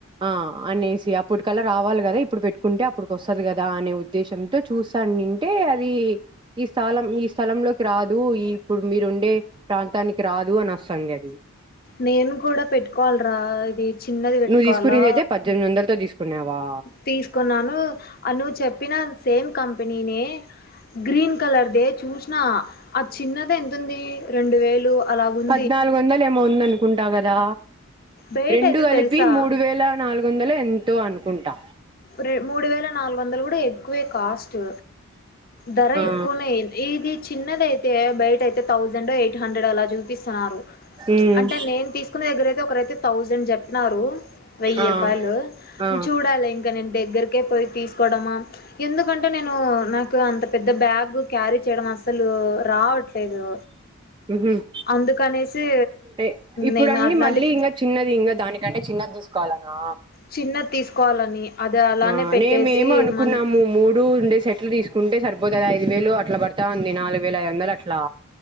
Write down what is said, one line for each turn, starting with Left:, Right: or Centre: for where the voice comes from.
Right: ఆ అనేసి అప్ ఇప్పుటికలా రావాలి కదా ఇప్పుడు పెట్టుకుంటే అప్పటికి వస్తది కదా అనే ఉద్దేశంతో. చూసానింటే అది ఈ స్థలం ఈ స్థలంలోకి రాదు ఈ ఇప్పుడు మీరు ఉండే ప్రాంతానికి రాదు అని వస్తాంది అది
Left: నేను కూడా పెట్టుకోవాలరా ఇది చిన్నది పెట్టుకోవాలా.
Right: నువ్వు తీసుకునేది అయితే పద్దెనిమిది వందలతో తీసుకున్నావా
Left: తీసుకున్నాను నువ్వు చెప్పిన సేమ్ కంపెనీనే గ్రీన్ కలర్ దే చూసినా ఆ చిన్నది ఎంతంది రెండు వేలు అలాగుంది.
Right: పద్నాలుగు వందలు ఏమో ఉంద అనుకుంటా దా
Left: బయట
Right: రెండు
Left: అయితే
Right: కలిపి
Left: తెలుసా
Right: మూడు వేల నాలుగు వందలు ఎంతో అనుకుంటా.
Left: ర్రే మూడు వేల నాలుగు వందలు కూడా ఎక్కువే కాస్టు. ధర
Right: ఆ
Left: ఎక్కువనేంది ఇది చిన్నదియితే బయట అయితే థౌజండ్ ఎయిట్ హండ్రెడ్ అలా చు చూపిస్తున్నారు
Right: ఉమ్
Left: అంటే నేను తీసుకున్న దగ్గర అయితే ఒకరైతే థౌసండ్ చెప్పినారు. వెయ్యి
Right: ఆ
Left: రూపాయలు
Right: ఆ
Left: చూడాలి ఇంకా నేను దగ్గరకే పోయి తీసుకోవడమా ఎందుకంటే నేను నాకు అంత పెద్ద బ్యాగ్ క్యారీ. చేయడం అసలు రావట్లేదు.
Right: హుమ్మ్
Left: అందుకనేసి
Right: ఏ ఇప్పుడు
Left: నేను
Right: అన్నీ
Left: అట్లాంటి
Right: మళ్ళీ ఇంకా చిన్నది ఇంకా దాని అంటే చిన్నది తీసుకోవాలనా.
Left: చిన్నది తీసుకోవాలని. అది అలానే
Right: ఆ
Left: పెట్టేసి
Right: నేమేమ అనుకున్నాము
Left: మళ్ళీ
Right: మూడుండే సెట్లు తీసుకుంటే సరి. పోతే ఐదు వేలు అట్లా పడతాంది ఉంది నాలుగు వేల ఐదు వందలు అట్లా.